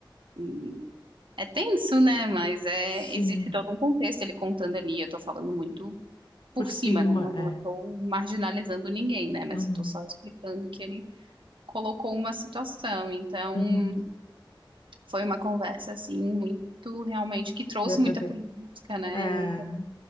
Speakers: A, on the right; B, on the left.
A: E é tenso, né, mas é,
B: sim.
A: existe todo um contexto, ele contando ali, eu tô falando muito
B: Por
A: por
B: cima,
A: cima, né, não, não
B: é.
A: estou marginalizando ninguém, né, mas
B: Uhum,
A: eu tô só explicando que ele colocou uma situação, então...
B: uhum.
A: Foi uma conversa, assim, muito, realmente, que trouxe
B: Verdadeiro.
A: muita política, né?
B: É,
A: Muita,